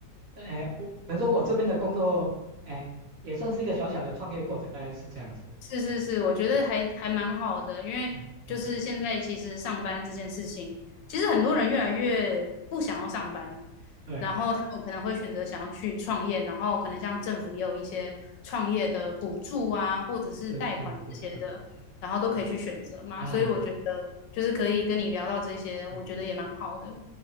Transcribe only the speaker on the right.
呃，我能说我这边的工作，哎、也算是一个小小的创业过程，大概是这样子。
哎
嗯
嗯嗯，
对，
是是是是，
嗯啊，
嗯，